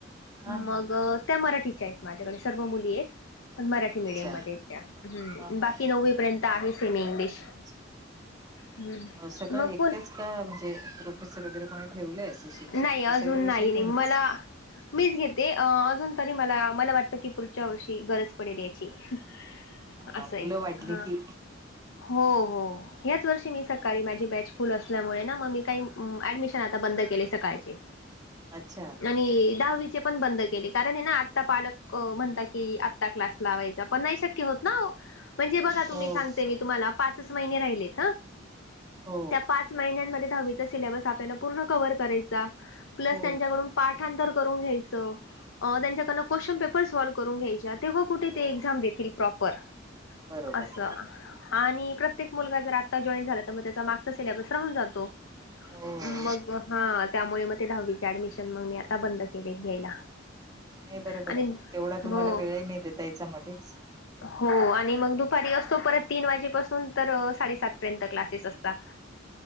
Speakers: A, on the right (about 20°); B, on the left (about 80°).
A: हा
B: मग
A: हा
B: त्या मराठीच्या आहेत माझ्याकडे सर्व मुली आहेत. पण मराठी मीडियम
A: अच्छा
B: मध्ये त्या
A: हा हा
B: बाकी
A: हा
B: नववी पर्यंत आहे सेमी इंग्लिश.
A: अच्छा
B: हम्म
A: सगळं
B: मग
A: एकटेच
B: पुन
A: का म्हणजे प्रोफेसर वगैरे कोणी ठेवलं शिक्षीण
B: नाही अजून
A: सगळ्या विषयतूनच
B: नाही नाही मला मीच घेते अ अजून तरी मला मला वाटतं की पुढच्या वर्षी गरज पडेल याची. <inaudible>
A: हा,
B: असं आहे
A: मुलं वाढली
B: हा.
A: की.
B: हो हो, याच वर्षी मी सकाळी माझी बॅच फुल असल्यामुळे ना, मग मी काही. ऍडमिशन आता बंद केले सकाळचे.
A: अच्छा.
B: आणि दहावीचे पण बंद केले. कारण हे ना आत्ता पालक म्हणता की आत्ता क्लास, लावायचा पण नाही शक्य होत. नो, म्हणजे बघा तुम्ही
A: हो
B: सांगते. मी तुम्हाला पाच महिनेच राहिलेत. हं...
A: हो
B: त्या पाच महिन्यांमध्ये दहावीचा सिलॅबस आपल्याला पूर्ण कव्हर करायचा. प्लस
A: हो
B: त्यांच्याकडून पाठांतर करून घ्यायचं, त्यांच्याकडून क्वेशन पेपर साॅल करून घ्यायचा. तेव्हा कुठं ते
A: हो
B: एक्झाम देतील प्रोपर
A: बरोबर
B: असं, आणि प्रत्येक मुलगा जर आता जॉईन झाला तर, मग त्यांचा मागचा सिलेबस राहून जातो.
A: हो
B: मग हां, त्यामुळे मग ते दहावीचे ऍडमिशन मगणे. आता बंद केले घ्यायला.
A: नाही बरोबर
B: आणि
A: आहे ना तेवढा तुम्हाला
B: हो,
A: वेळही नाही देता यायचां मध्येचं.
B: हो, आणि मग दुपारी असतो. परत तीन वाजेपासून तर साडेसात पर्यंत क्लासेस असता.